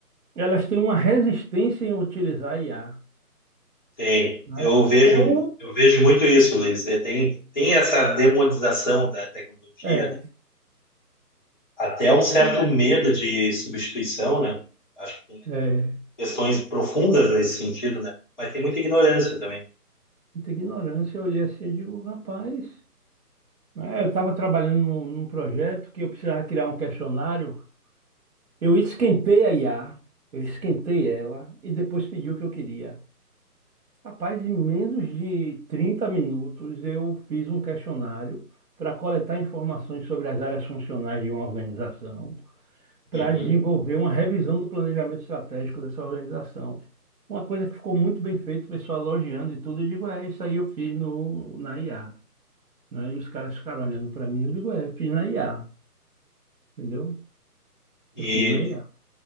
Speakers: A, on the right; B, on the left.
A: elas têm uma resistência em utilizar IA,
B: tem.
A: né?
B: Eu vejo,
A: Ou,
B: eu vejo muito isso, Luiz. É, Tem, tem essa demonização da tecnologia,
A: é,
B: né? Até um certo
A: e,
B: medo de substituição, né? Acho que tem
A: é,
B: questões profundas nesse sentido, né? Mas tem muita ignorância também.
A: muita ignorância, eu olhei assim e digo, rapaz, né? Eu estava trabalhando num, num projeto que eu precisava criar um questionário Eu esquentei a IA, eu esquentei ela e depois pedi o que eu queria. Rapaz, em menos de 30 minutos eu fiz um questionário para coletar informações sobre as áreas funcionais de uma organização, para
B: Uhum.
A: desenvolver uma revisão do planejamento estratégico dessa organização. Uma coisa que ficou muito bem feita, o pessoal elogiando e tudo, eu digo, é, isso aí eu fiz no, na IA. né? E os caras ficaram olhando para mim, eu digo, é, fiz na IA, entendeu?
B: E,
A: Eu fiz na IA.